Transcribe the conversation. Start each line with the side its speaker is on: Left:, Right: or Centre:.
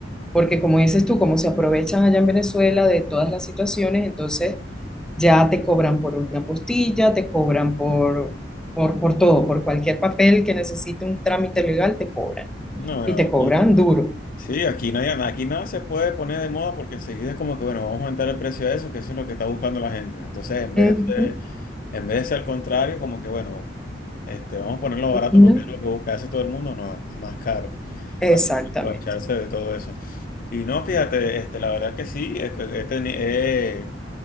Centre: porque como dices tú, como se aprovechan allá en Venezuela de todas las situaciones, entonces ya te cobran por una postilla, te cobran por, por, por todo, por cualquier papel que necesite un trámite legal, te cobran
Left: No, bueno,
Centre: y te
Left: aquí-
Centre: cobran duro.
Left: sí, aquí no hay, aquí nada se puede poner de moda porque enseguida es como que, bueno, vamos a aumentar el precio de eso, que eso es lo que está buscando la gente. Entonces, en vez
Centre: Ujú.
Left: de ser, en vez de ser al contrario, como que, bueno, este, vamos a ponerlo barato
Centre: No,
Left: porque es lo que busca hace todo el mundo, no, a más caro,
Centre: exactamente.
Left: para aprovecharse de todo eso. Y no, fíjate, este, la verdad que sí, he, he teni- he-